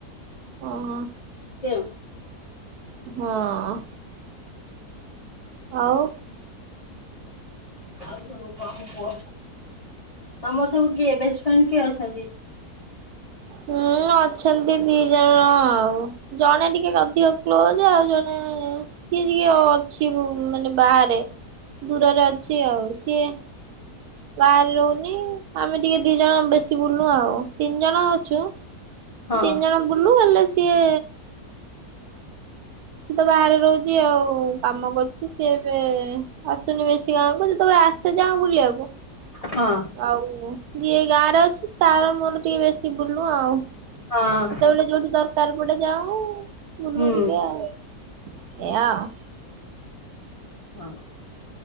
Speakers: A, on the right (about 75°); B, on the left (about 55°).
A: ଓହୋ।
B: ସେଓ <unintelligible>
A: ହଁ। ଆଉ।
B: ଆଉ ସବୁ କଣ କୁହ ତମର ସବୁ କିଏ ବେଷ୍ଟ ଫ୍ରେଣ୍ଡ କିଏ ଅଛନ୍ତି?
A: ହଁ <inaudible> ହୁଁ ଅଛନ୍ତି ଦି ଜଣ ଆଉ ଜଣେ ଟିକେ ଅଧିକ କ୍ଲୋଜ୍ ଆଉ ଜଣେ କିଏ ଟିକେ ଅଛି ମାନେ ବାହାରେ ଦୂରରେ ଅଛି ଆଉ ସିଏ ଗାଁରେ ରହୁନି ଆମେ ଟିକେ ଦି ଜଣ ବେଶୀ ବୁଲୁ ଆଉ ତିନି ଜଣ ଅଛୁ
B: ହଁ
A: ତିନି ଜଣ ବୁଲୁ ହେଲେ ସିଏ ସିଏ ତ ବାହାରେ ରହୁଛି ଆଉ କାମ କରୁଛି ସିଏ ଏବେ ଆସୁନି ବେଶୀ ଗାଁ କୁ ଯେତେବେଳେ ଆସେ ଯାଁଉ ବୁଲିବାକୁ
B: ହଁ
A: ଆଉ ଯିଏ ଗାାରେ ଅଛି ତାର ମୋର ଟିକେ ବେଶୀ ବୁଲୁ ଆଉ ସେତେବେଳେ
B: ହଁ।
A: ଯୋଉଠି ଦରକାର ପଟେ ଯାଉ ବୁଲୁ
B: ହୁଁ
A: ଟିକେ ଆଉ ଏୟା।
B: ହଁ।